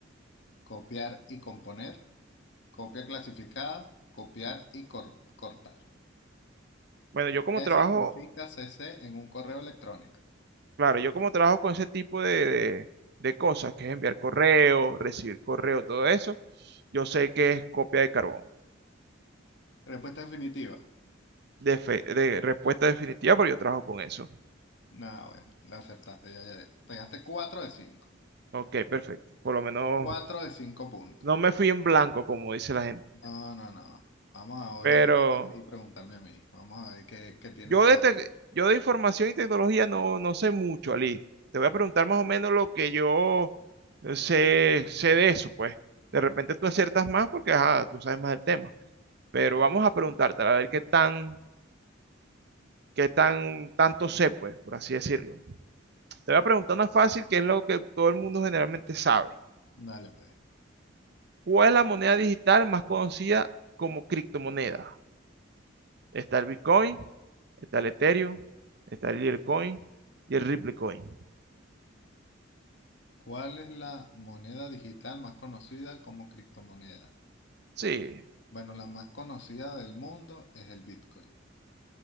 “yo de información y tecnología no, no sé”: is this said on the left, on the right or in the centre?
Right